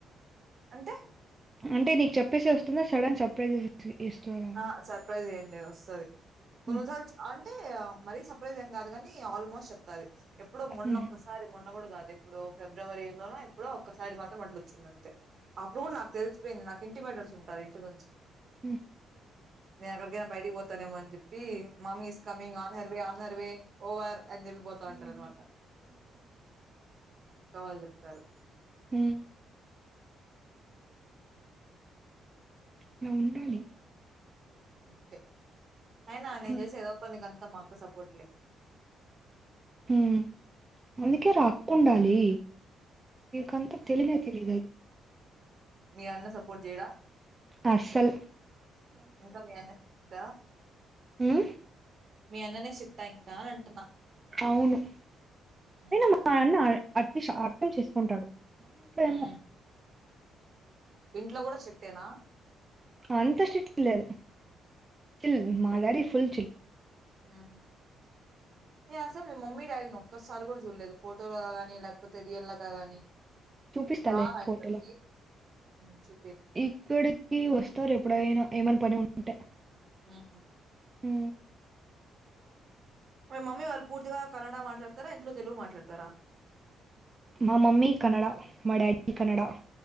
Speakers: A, on the right; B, on the right.
A: అంటే
B: అంటే నీకు చెప్పేసి వస్తుందా సడన్ సర్ప్రైజ్ ఇస్తారా
A: ఆ సర్ప్రైజ్ ఏం లేదు వస్తది. కొన్నిసార్లు
B: ఉమ్,
A: అహ్ అంటే మరీ సర్ప్రైజ్ంగ్ కాదు గాని ఆల్మోస్ట్ చెప్తది. ఎప్పుడో మొన్నొక్కసారి
B: ఉమ్,
A: మొన్ న్న కూడా కాదు. ఎప్పుడో ఫిబ్రవరి లోన ఎప్పుడో ఒక్కసారి మాత్రం అట్ల వచ్చింది అంతే. అప్పుడు కూడా నాకు తెసిపేన్ నాక్ ఇంటి పెట్టల్స్ ఉంటారు. ఇంటి నుంచి
B: ఉహ్
A: నేను ఎక్కడికైనా బయటకి పోతాను ఏమోని చెప్పి మామి is coming on her way way over అన్ని జెప్పి బోత
B: ఉమ్,
A: ఉంటర అన్నమాట. అక్క వాళ్ళు చెప్తారు.
B: ఉహ్ ఇలా ఉండాలి.
A: అంతే అయినా నేను
B: ఉమ్,
A: చేసేదో పందికను అంత మాక్క సపోట్లే
B: ఉహ్ అందుకే రా అక్క ఉండాలి. మీకంతా తెలినే తెలియలేదు
A: మీ అన్న సపోర్ట్ చేయడా.
B: అసల్
A: ఇంకా మీ అన్నక్ దా
B: ఉహ్
A: మీ అన్ననే స్టిట్టా ఇంకా అంటున్నా
B: అవును
A: ఉహు,
B: ఐన్న మాయాన్న అట్లీస్ట్ అర్థం చేసుకుంటాడు. మా ఇంట్లో ఏమో
A: ఉమ్. ఇంట్లో కూడా స్టిక్టెనా
B: అంత స్టిట్ లేదు సిల్ మాది డాడీ ఫుల్ చిల్
A: ఆహ ఎ అసలు మీ మమ్మీ డాడీని ఒక్కసారి కూడా చూడలేదు. ఫోటో గా గాని లేకపోతే రియల్ గా గాని.
B: చూపిస్తాలే
A: ఆమయకుడుకి
B: ఫోటోలో
A: ఉహ్ చు
B: ఇక్కడికి వస్తారు ఎప్పుడైనా ఏమైనా పని ఉంటు అంటే
A: ఆహా
B: ఉ
A: మీ మమ్మీ వాళ్ళు పూర్తిగా కన్నడ మాట్లాడతారా ఇంట్లో తెలుగు మాట్లాడతారా
B: మా మమ్మీ కన్నడ మా డాడీ కన్నడ